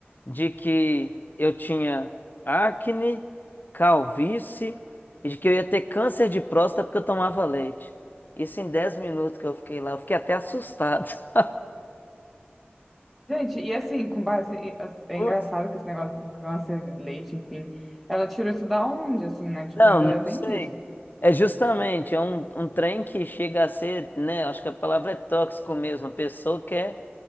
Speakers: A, on the left; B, in the centre.
A: de que eu tinha acne, calvície e de que eu ia ter câncer de próstata porque eu tomava leite. Isso em 10 minutos que eu fiquei lá, eu fiquei até assustado. <laughs>
B: Gente, e assim, com base. e, as- É
A: Nossa.
B: engraçado que esse negócio de câncer de leite, enfim, ela tirou isso da onde, assim, né? Tipo,
A: Não,
B: ainda
A: não
B: tem
A: sei.
B: isso.
A: É justamente, é um, um trem que chega a ser, né? Acho que a palavra é tóxico mesmo. A pessoa quer